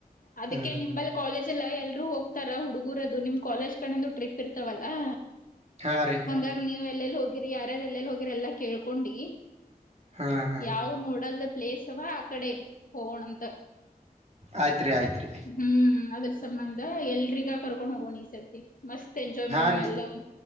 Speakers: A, on the left; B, on the right.
A: ಅದಕ್ಕೆ
B: ಹ್ಮ್
A: ನಿಮ್ಮ್ ಕಾಲೇಜ್ ಎಲ್ಲಾ ಯಲ್ರೂ ಹೋಗ್ತಾರ ಹುಡುಗುರದು ನಿಮ್ ಕಾಲೇಜ್ ಕನಂದು ಟ್ರಿಪ್ ಇರ್ತವಲ್ಲಾ.
B: ಹಾ ರೀ
A: ಹಂಗಾಗಿ ನೀವು ಎಲ್ಲೆಲ್ಲಿ ಹೋಗಿರಿ ಯಾರ್ಯಾರು ಎಲ್ಲೆಲ್ಲಿ ಹೋಗಿರರಿ ಎಲ್ಲಾ ಕೇಳ್ಕೊಂಡಿ.
B: ಹಾ ಹಾ
A: ಯಾವ ನೋಡಲ್ಲ ಪ್ಲೇಸ್ವ ಆ ಕಡೆ ಹೋಗೋಣ ಅಂತ.
B: ಆಯ್ತ್ರಿ ಆಯ್ತ್ರಿ
A: ಹ್ಮ್ ಅದ್ರ ಸಂಬಂಧ ಎಲ್ರಿಗ ಕರ್ಕೊಂಡ್ ಹೋಗೋಣಿ ಈ ಸರ್ತಿ. ಮಸ್ತ್ ಎಂಜಾಯ್
B: ಹಾ
A: ಮಾಡೋಣ
B: ರೀ
A: ಎಲ್ಲರು